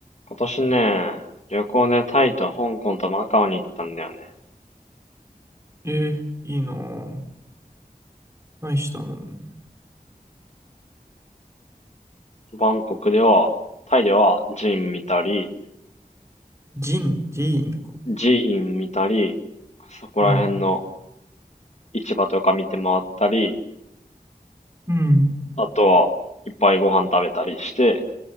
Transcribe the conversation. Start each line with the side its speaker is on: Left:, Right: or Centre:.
Left: 今年ね、旅行でタイと香港とマカオに行ったんだよね。
Right: えー、いいなぁ。何したの
Left: バンコクでは、タイでは寺院見たり、
Right: ジン、ジーンか。
Left: 寺院見たり、そこら辺の
Right: うん、
Left: 市場とか見て回ったり、
Right: うん。
Left: あとはいっぱいご飯食べたりして、